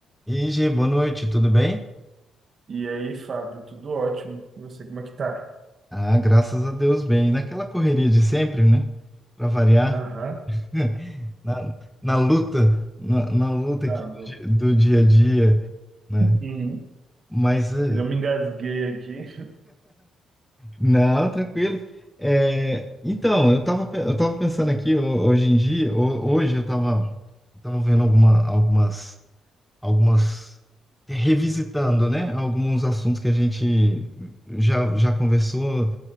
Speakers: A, in the centre; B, on the right.
A: E G, boa noite, tudo bem?
B: E aí, Fábio, tudo ótimo. E você, como é que tá?
A: Ah, graças a Deus, bem. Naquela correria de sempre, né? Para variar,
B: Aham.
A: <laughs> na, na luta, na, na luta
B: Ah,
A: aqui do,
B: meu.
A: di- do dia a dia, né?
B: Uhum.
A: Mas, eh,
B: Eu me engasguei aqui.
A: não, tranquilo. É, então, eu tava, pe- eu tava pensando aqui ho- hoje em dia, ho- hoje eu tava, tava vendo alguma, algumas, algumas, revisitando, né? Alguns assuntos que a gente já, já conversou